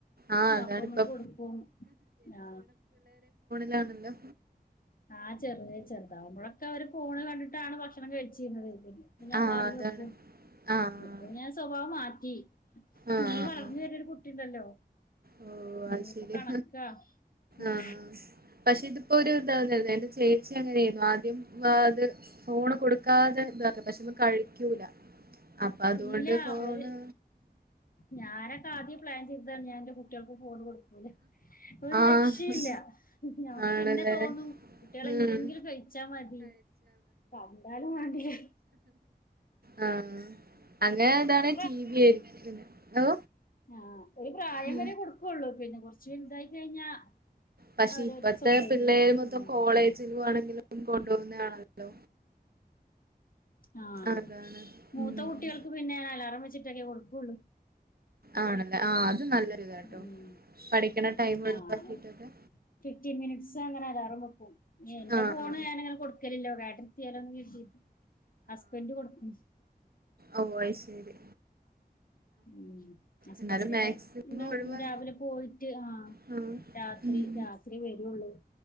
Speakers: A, on the right; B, on the left.
A: ആഹ്
B: ആ
A: അതാണ്
B: അപ്പൊ നമ്മള്
A: ഇപ്പൊ
B: കൊടുക്കും ആ
A: ലാണല്ലോ
B: ആ ചെറ്യ ചെർതാവ്ബോളോക്കെ ഇവരാ ഫോണ് കണ്ടിട്ടാണ് ഭക്ഷണം കയ് <unintelligible> പ്പ ഞാവാങ്ങി
A: ആഹ് അതാണ്
B: വെക്കും
A: ആഹ്
B: ഇപ്പൊ ഞാൻ സ്വഭാവം മാറ്റി
A: ആഹ് ആഹ്
B: ഇഞ്ഞ് വളർന്ന് വര്ന്നോരു കുട്ടിണ്ടല്ലോ
A: ഓ
B: ഞ്ഞിപ്പോ
A: അത് ശരിയാ
B: കണക്കാ ഉം
A: ആഹ് പക്ഷെ ഇതിപ്പോ ഒരു ഇന്താന്നല്ലേ എന്റെ ചേച്ചി അങ്ങനെര്ന്നു ആദ്യം വാത് ഫോണ് കൊടുക്കാതെ ദാക്കാ പക്ഷെ ഇവൻ കഴിക്കൂല അപ്പൊ അതോണ്ട്
B: ഇല്ല
A: ഫോണ്
B: ഒരു ഞാനൊക്കെ ആദ്യേ പ്ലാൻ ചെയ്താണ് ഞാ എന്റെ കുട്ട്യാൾക്ക് ഫോൺ കൊടുക്ക് ഒരു
A: ആഹ്
B: രക്ഷീല്ല ഞമ്മക്ക്
A: ആണല്ലേ
B: പിന്നെ തോന്നും കുട്ട്യാള്
A: ഉം
B: എങ്ങനെങ്കിലും കയ്ച്ചാ മതി കണ്ടാലും വാണ്ടില
A: ആ അങ്ങനെ ഇതാണ്
B: ഒരു
A: ടി വി ആയിരിക്കുന്നത് ഓ
B: ആ ഒരു പ്രായം
A: ഉം
B: വരെ കൊടുക്കുള്ളൂ പിന്നെ കോറച്ച് വൽതായി കയ്ഞ്ഞാ
A: പക്ഷെ
B: അവര്
A: ഇപ്പത്തെ
B: സ്വന്തായിട്ട്
A: പിള്ളേര്
B: <unintelligible>
A: മൊത്തം <unintelligible> ആണെങ്കിലും കൊണ്ടോവുന്നത് ആണല്ലോ
B: ആ
A: അതാണ്
B: മൂത്ത
A: ഉം
B: കുട്ടികൾക്ക് പിന്നെ അലാറം വെച്ചിട്ടൊക്കെ കൊടുക്കുള്ളൂ
A: ആണല്ലേ ആ അത് നല്ലൊരു ഇതാട്ടോ
B: ഉം
A: പഠിക്കണ ടൈമ് ഒയ്
B: ആഹ്
A: വാക്കീട്ടോക്കെ
B: ഫിഫ്റ്റീൻ മിനിറ്റ്സ് അങ്ങനെ അലാറാം വെക്കും എന്റെ
A: ആ
B: ഫോണ്
A: ആ
B: ഞാനിങ്ങന കൊടു ലല്ലോ കേട്ടത്തിയാലോന്ന് കര്തിട്ട് ഹസ്ബൻഡ് കൊടുക്കും
A: ഔ അയ് ശേരി
B: ഉ ഹസ്ബൻഡ്
A: എന്നാലും
B: എ
A: മാക്സിമം ഒഴിവാ
B: രാവിലെ പോയിട്ട് ആഹ
A: ആ
B: രാത്രി
A: ഉം
B: രാത് ത്രി വരുള്ളൂ